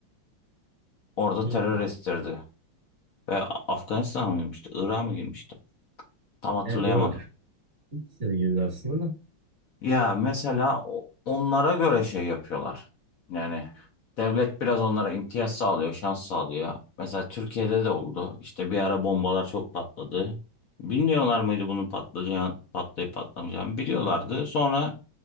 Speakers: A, on the left; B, on the right.
A: Orada
B: Hmm.
A: terör estirdi. Ve Afganistan'a mı girmişti? Irak'a mı girmişti? Tam hatırlayamadım.
B: Evet, öyle. İkisine de girdi aslında da.
A: Ya mesela o- onlara göre şey yapıyorlar. Yani devlet biraz onlara imtiyaz sağlıyor, şans sağlıyor. Mesela Türkiye'de de oldu. İşte bir ara bombalar çok patladı. Bilmiyorlar mıydı bunun patlayacağını, patlayıp patlamayacağını? Biliyorlardı. Sonra